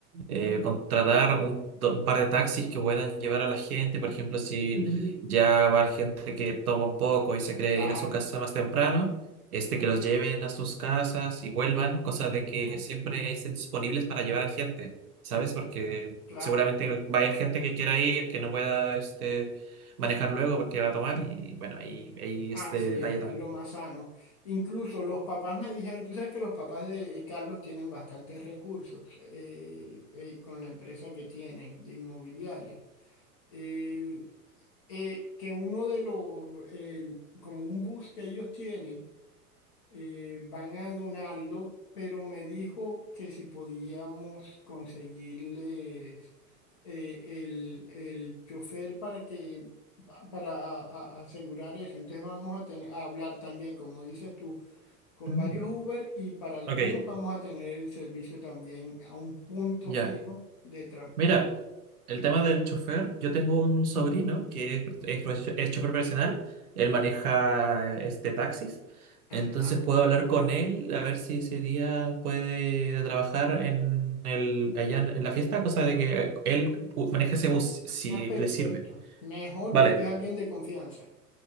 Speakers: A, on the right; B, on the left.
A: eh, contratar un, do- un par de taxis que puedan llevar a la gente, por ejemplo, si ya va gente que toma un poco y se cree
B: claro.
A: ir a su casa más temprano, este, que los lleven a sus casas y vuelvan, cosa de que siempre estén disponibles para llevar a gente, ¿sabes?
B: Ujú.
A: Porque
B: Claro,
A: seguramente va a haber gente que quiera ir, que no pueda, este, manejar luego porque va a tomar y bueno, ahí, ahí
B: así
A: este detalle
B: es,
A: también.
B: es lo más sano. Incluso los papás me dijeron, tú sabes que los papás de Carlos tienen bastantes recursos eh, eh, con la empresa que tienen de inmobiliaria. El- eh, que uno de los, el- como un bus que ellos tienen, eh, van a donarlo, pero me dijo que si podíamos conseguirles eh, el, el chofer para que pa- para a- a- asegurar eso. Entonces vamos a tener a hablar también, como dices tú, con
A: Mm.
B: varios Uber y para algunos
A: Ok,
B: vamos a tener el servicio también a un punto
A: Ya,
B: fijo de transporte.
A: mira, el tema del chofer, yo tengo un sobrino que es, es profe- es chofer profesional, él maneja este taxis,
B: Ajá.
A: entonces puedo hablar con él a ver si ese día puede trabajar en el, allá en, en la fiesta, cosa de que él u- maneje ese bus si
B: Ah, perfecto.
A: le sirve.
B: Mejor
A: Vale.
B: porque es alguien de confianza.